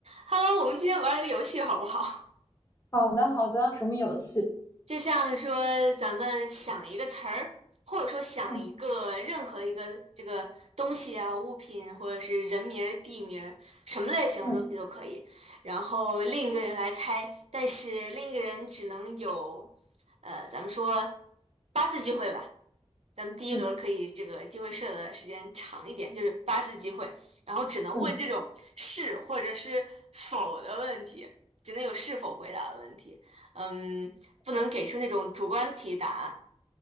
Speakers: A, on the right; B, on the left.
A: Hello，我们今天玩一个游戏好不好？
B: 好的，好的，什么游戏？
A: 就像说咱们想一个词儿，或者说想一个任何一个这个东西啊、
B: 嗯
A: 物品或者是人名儿、地名儿，什么类型的东西都可以。
B: 嗯
A: 然后另一个人来猜，但是另一个人只能有，呃，咱们说八次机会吧。咱们第一轮可以这个机会设的时间长一点，
B: 嗯
A: 就是八次机会，然后只能问这种是或者是否的问题，
B: 嗯，
A: 只能有是否回答的问题，嗯，不能给出那种主观题答案。
B: 哎，